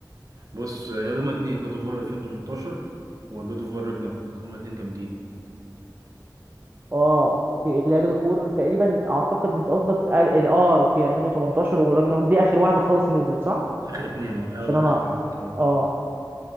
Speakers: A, on the right; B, on the right.
A: بص هما اتنين جاد اوف وور 2018 وجاد اوف وور راجناروك هما اتنين جامدين
B: اه في- لا جادو فور تقريبا اعتقد انت قصدك اه آه، اوكي 2018 وراجناروك دي اخر واحده خالص نزلت صح
A: اخر اتنين اه اه
B: عشان انا
A: اخر اتنين اه
B: اه